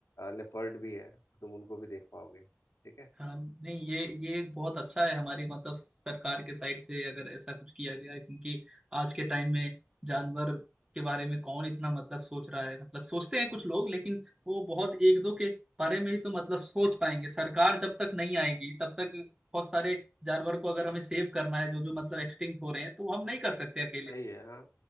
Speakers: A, on the left; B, on the right.
A: लेपर्ड भी है तुम उनको भी देख पाओगे ठीक है
B: हाँ नहीं ये ये एक बहुत अच्छा है हमारी मतलब सरकार के साइड से अगर ऐसा कुछ किया गया है क्योंकि आज के टाइम में जानवर के बारे में कौन इतना मतलब सोच रहा है मतलब सोचते हैं कुछ लोग लेकिन वो बहुत एक दो के बारे में ही तो मतलब सोच पाएंगे सरकार जब तक नहीं आएगी तब तक बहुत सारे जानवर को अगर हमें सेव करना है जो जो मतलब एक्सटिंक्ट हो रहे हैं तो वो हम नहीं कर सकते अकेले
A: सही है हाँ